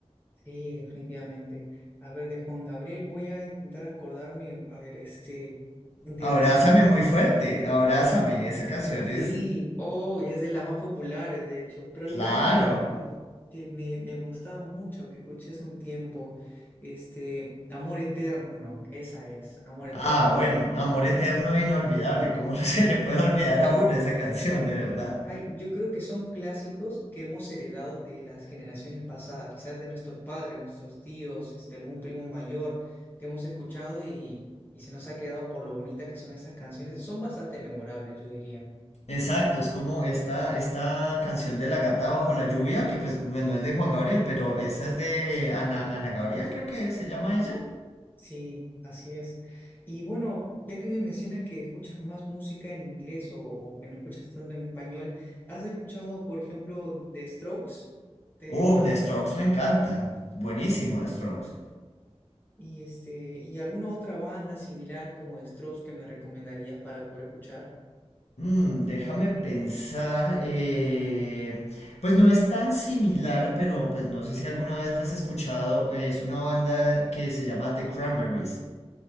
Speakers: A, on the left (about 20°); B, on the left (about 80°).
A: Sí, definitivamente. A ver, de Juan Gabriel voy a intentar acordarme, a ver, este, de
B: Abrázame
A: las... ex- de-
B: muy fuerte,
A: ¿no?
B: abrázame, esa canción
A: Y Sí,
B: es,
A: oh, y es de las más populares, de hecho, pero había
B: claro.
A: una que, que me, me gustaba mucho, que escuché hace un tiempo, este, Amor Eterno, esa es, Amor Eterno.
B: Ah, bueno, Amor Eterno e Inolvidable, ¿cómo <laughs> se le puede olvidar a uno esa canción, de verdad?
A: Sí. Ay, yo creo que son clásicos que hemos heredado de las generaciones pasadas, quizás de nuestros padres, nuestros tíos, este, algún primo mayor que hemos escuchado y, y se nos ha quedado por lo bonita que son esas canciones. Son bastante memorables, yo diría.
B: Exacto, es como esta, esta canción de La Gata Bajo la Lluvia, que pues bueno, es de Juan Gabriel, pero esa
A: Sí,
B: es de Ana, Ana Gabriel, creo que se llama ella.
A: sí, así es. Y bueno, ya que me mencionas que escuchas más música en inglés o, o que no escuchas tanto en español, ¿has escuchado, por ejemplo, The Strokes? Te-
B: Uh,
A: es una
B: The
A: banda
B: Strokes me encanta, buenísimo The Strokes.
A: Y este, ¿y alguna otra banda similar como de Strokes que me recomendarías para poder escuchar?
B: Mm, déjame pensar. eh, pues no es tan similar, pero pues no sé si alguna vez la has escuchado. eh, es una banda que se llama The Cranberries.